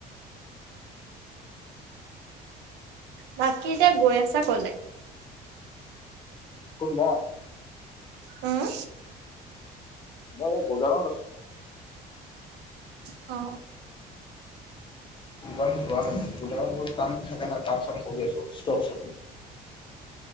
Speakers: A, on the right; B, on the left.
A: বাকী এতিয়া গৈ আছা, কলে?
B: কোন মই?
A: উম।
B: মই এ গুদানত আছো।
A: অ,।
B: দোকান যোৱা নাই। গুদামত কাম থাকে ন, কাম-চাম কৰি আছো ষ্টক চ